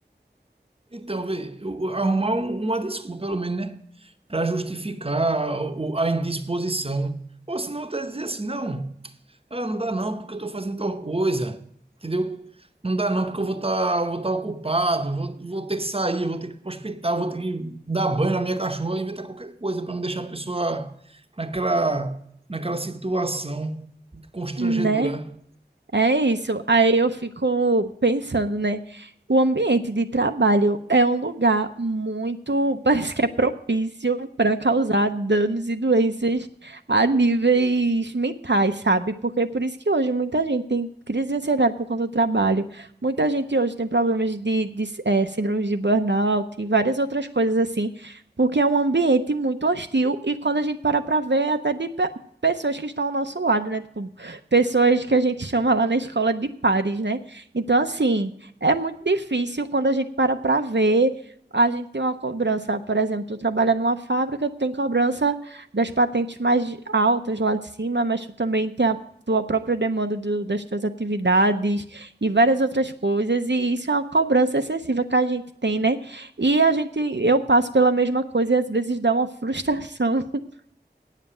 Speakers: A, on the right; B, on the right.
A: Então, vê, eu- arrumar um- uma desculpa, pelo menos, né? Para justificar o- a indisposição. Ou senão, tá dizer assim, não. Ah, não dá não, porque eu estou fazendo tal coisa, entendeu? Não dá não, porque eu vou estar vou tá ocupado, vou, vou ter que sair, vou ter que ir para o hospital, vou ter que dar banho na minha cachorra, inventar qualquer coisa para não deixar a pessoa naquela, naquela situação constrangedora.
B: né? É isso. Aí eu fico pensando, né? O ambiente de trabalho é um lugar muito, <laughs> parece que é propício para causar danos e doenças a níveis mentais, sabe? Porque é por isso que hoje muita gente tem crise de ansiedade por conta do trabalho. Muita gente hoje tem problemas de, de eh, síndromes de burnout e várias outras coisas assim, porque é um ambiente muito hostil e quando a gente para para ver, é até de pe- pessoas que estão ao nosso lado, né? Tipo, pessoas que a gente chama lá na escola de pares, né? Então, assim, é muito difícil quando a gente para para ver. A gente tem uma cobrança, por exemplo, tu trabalha numa fábrica, tu tem cobrança das patentes mais de- altas lá de cima, mas tu também tem a tua própria demanda do- das tuas atividades e várias outras coisas, e isso é uma cobrança excessiva que a gente tem, né? E a gente, eu passo pela mesma coisa e às vezes dá uma frustração. <laughs>